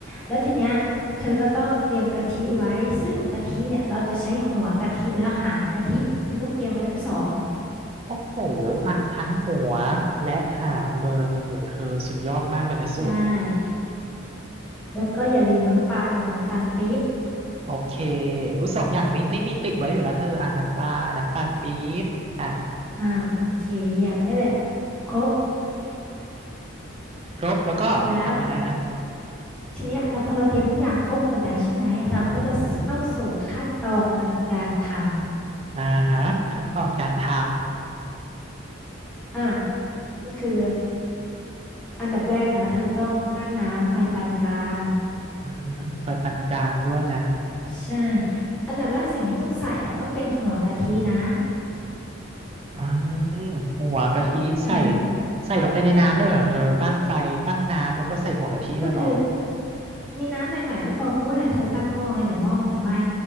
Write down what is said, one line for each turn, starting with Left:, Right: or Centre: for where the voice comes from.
Centre: แล้วทีเนี้ยเธอก็ต้องเตรียมกะทิไว้ซึ่งกะทิเนี่ยเราจะใช้หัวกะทิแล้วหางกะทิเธอต้องเตรียมไว้ทั้งสอง
Right: โอ้โหอ่ะทั้งหัวและหางเลยโหเธอสุดยอดมากเลยนะสูตรเนี่ย
Centre: ใช่แล้วก็อย่าลืมน้ำปลากับน้ำตาลปี๊บ
Right: โอเคอยสองอย่างนี้นี่มีติดไว้อยู่แล้วเธออ่ะน้ำปลาน้ำตาลปี๊บอ่ะ
Centre: อ่าโอเคเยี่ยมนี่แหละครบ
Right: ครบแล้วก็ทำยังไงนะ
Centre: แล้วทีเนี้ยเราพอเราเตรียมทุกอย่างครบหมดแล้วใช่ไหมเราก็จะเข้าสู่ขั้นตอนการทำ
Right: อืมอ่าฮะขั้นตอนการท
Centre: อ่าก็คือ อันดับแรกนะเธอต้องตั้งน้ำไฟปานกลาง
Right: ำอือฮึไฟปานกลางด้วยนะ
Centre: ใช่อันดับแรกสิ่งที่ต้องใส่อ่ะต้องเป็นหัวกะทินะ
Right: อ่าหัวกะทิใส่
Centre: อ่า
Right: ใส่ลงไปในน้ำไม่เหรอเธอตั้งไฟตั้งน้ำแล้วก็ใส่หัวกะทิเลยเหรอ
Centre: ก็คือมีน้ำหน่อยๆก็พอเพราะว่าเธอตั้งหม้อไงเดี๋ยวหม้อมันจะไหม้